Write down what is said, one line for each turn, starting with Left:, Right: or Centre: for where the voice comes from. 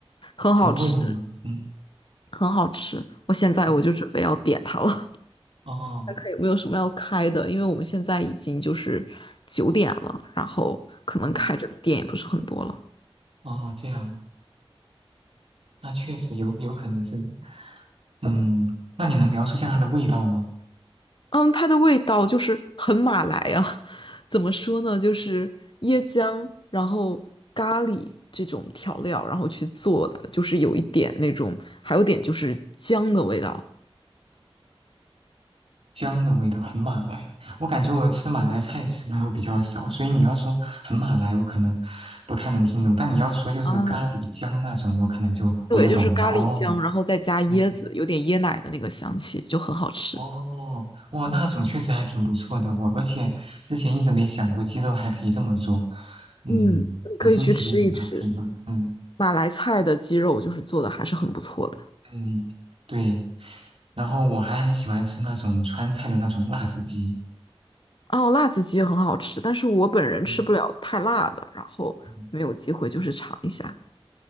Left: 很好吃，
Right: 什么味道呢？嗯，
Left: 很好吃。我现在我就准备要点它了。
Right: 嗯哦，
Left: 看看有没有什么要开的，因为我们现在已经就是九点了，然后可能开着的店也不是很多了。
Right: 嗯，哦，这样，那确实有有可能是，嗯，那你能描述一下它的味道吗？
Left: 嗯，它的味道就是很马来啊，<laughs> 怎么说呢？就是椰浆，然后咖喱这种调料，然后去做的，就是有一点那种，还有点就是姜的味道
Right: 姜的味道很马来，我感觉我吃马来菜吃的比较少，所以你要说很马来，我可能不太能听懂，但你要说就是咖喱姜那种，
Left: 啊。
Right: 我可能就我就懂了。
Left: 对，就是咖喱姜，
Right: 哦，
Left: 然后再加椰子，
Right: 嗯。
Left: 有点椰奶的那个香气，就很好吃。
Right: 哦，哇，那种确实还挺不错的，我而且之前一直没想过鸡肉还可以这么做，嗯，
Left: 嗯，
Right: 很新奇的一种搭配吧，
Left: 可以去吃一吃。
Right: 嗯
Left: 马来菜的鸡肉就是做的还是很不错的。
Right: 嗯，对，然后我还很喜欢吃那种川菜的那种辣子鸡，
Left: 哦，辣子鸡很好吃，但是我本人吃不了太辣的，
Right: 嗯
Left: 然后没有机会就是尝一下。
Right: 嗯，